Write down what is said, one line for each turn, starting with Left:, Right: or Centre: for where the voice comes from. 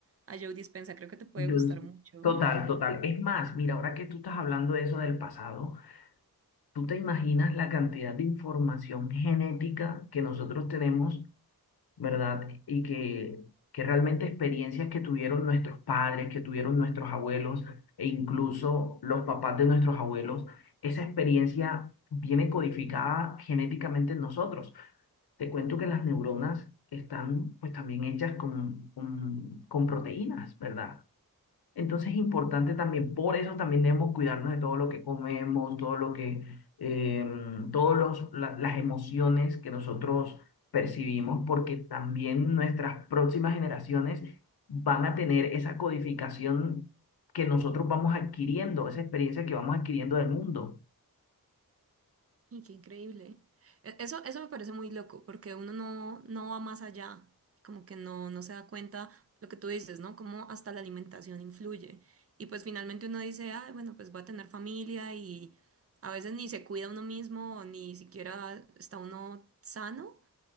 Right: a Joe Dispenza creo que te puede
Left: Yo-
Right: gustar mucho.
Left: total, total. Es más, mira, ahora que tú estás hablando de eso del pasado, ¿tú te imaginas la cantidad de información genética que nosotros tenemos? ¿verdad? Y que, que realmente experiencias que tuvieron nuestros padres, que tuvieron nuestros abuelos e incluso los papás de nuestros abuelos, esa experiencia viene codificada genéticamente en nosotros. Te cuento que las neuronas están pues también hechas con, con, con proteínas, ¿verdad? Entonces es importante también, por eso también debemos cuidarnos de todo lo que comemos, todo lo que, eh, todos los- la- las emociones que nosotros percibimos, porque también nuestras próximas generaciones van a tener esa codificación que nosotros vamos adquiriendo, esa experiencia que vamos adquiriendo del mundo.
Right: Y qué increíble. E- Eso, eso me parece muy loco, porque uno no, no va más allá, como que no, no se da cuenta lo que tú dices, ¿no? Cómo hasta la alimentación influye. Y pues finalmente uno dice, ay, bueno, pues va a tener familia y a veces ni se cuida uno mismo, ni siquiera está uno sano